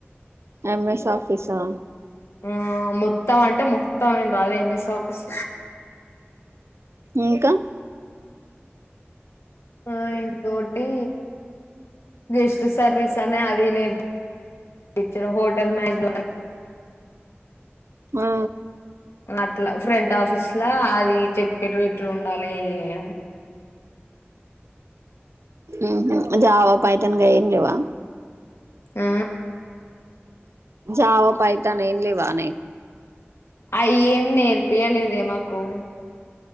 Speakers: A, on the right (about 80°); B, on the left (about 75°).
A: ఎం ఎస్ ఆఫీసా
B: ఆ మొత్తం అంటే మో తం ఏం రాదు, ఎం ఎస్ ఆఫీస్
A: ఇంకా
B: ఆ ఇంకోటి గెస్ట్ సర్వీస్ అనే అది నేర్పించిండ్రు, హోటల్ మేనేజ్మెంట్
A: ఆ
B: అట్లా ఫ్రంట్ ఆఫీస్ల అది చెప్పిరు ఇట్లా ఉండాలె అని.
A: ఉహు జావా, పైతాన్ గవేం లేవా?
B: ఆ
A: జావా, పైతాన్ ఏం లేవానే?
B: అయే ఏం నేర్పియలేదే మాకు